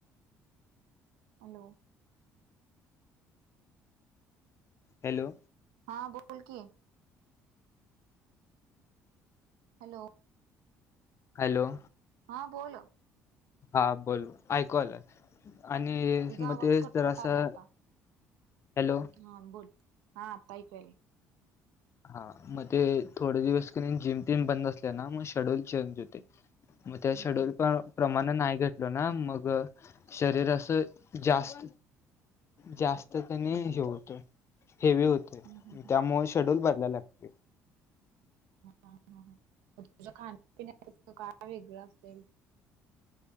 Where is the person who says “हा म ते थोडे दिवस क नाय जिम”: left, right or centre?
Left